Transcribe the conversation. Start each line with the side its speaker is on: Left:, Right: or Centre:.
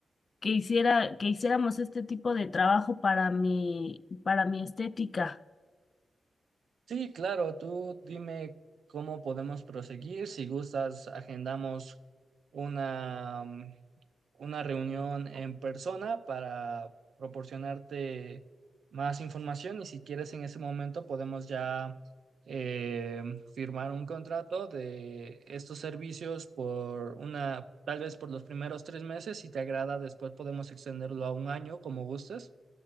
Left: que hiciera, que hiciéramos este tipo de trabajo para mi, para mi estética.
Right: Sí, claro, tú dime cómo podemos proseguir, si gustas agendamos una una reunión en persona para proporcionarte más información y si quieres en ese momento podemos ya eh, firmar un contrato de estos servicios por una, tal vez por los primeros tres meses, si te agrada, después podemos extenderlo a un año como gustes